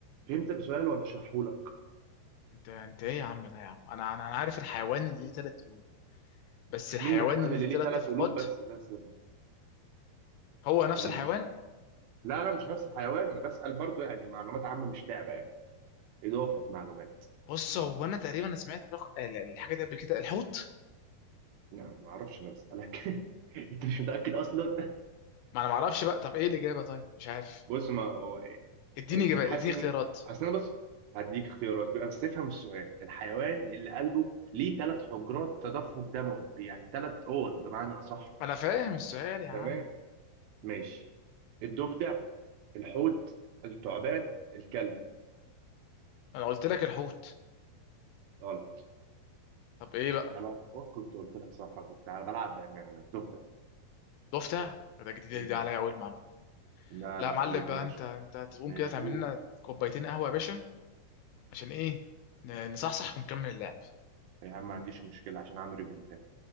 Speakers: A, on the right; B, on the left.
A: فهمت السؤال ولا أشرحهولك؟
B: انت انت ايه يا عم ده يا عم انا انا أنا عارف الحيوان اللي ليه تلات قلوب بس الحيوان
A: مين الحيوان
B: اللي
A: اللي
B: ليه تلات
A: ليه ثلاث
B: تفقات
A: قلوب بس بس
B: هو نفس
A: أنا
B: الحيوان
A: مش بس لا لا مش نفس الحيوان أنا بسأل برضو يعني معلومات عامة مش لعبة يعني إضافة معلومات
B: بص هو انا تقريبا سمعت الرق... ال- الحاجه دي قبل كده الحوت
A: يعني ما أعرفش أنا بسألك <laughs> أنت مش متأكد أصلا
B: ما انا ما اعرفش بقى طب ايه الاجابه طيب مش عارف
A: بص ما هو
B: اديني
A: أنت
B: اجابات
A: مش حاسس
B: اديني
A: إن
B: اختيارات
A: أصل أنا بص هديك اختيارات بيبقى بس افهم السؤال الحيوان اللي قلبه ليه ثلاث حجرات تدفق دموي يعني ثلاث أوض بمعنى أصح
B: انا فاهم السؤال يا عم
A: تمام ماشي الضفدع الحوت الثعبان الكلب
B: انا قلت لك الحوت
A: غلط
B: طب ايه بقى
A: أنا لو كنت قلت لك صح كنت بلعب بأمانة أنا الضفدع
B: ضفدع ده جديد
A: مم.
B: دي عليا اول معلومه
A: لا
B: لا
A: لا
B: يا معلم
A: دي
B: بقى
A: ماشي
B: انت انت هتقوم
A: ماشي
B: كده تعمل
A: قول
B: لنا كوبايتين قهوه يا باشا عشان ايه ن- نصحصح ونكمل اللعب
A: يا عم ما عنديش مشكلة عشان أعمل ريمونتادا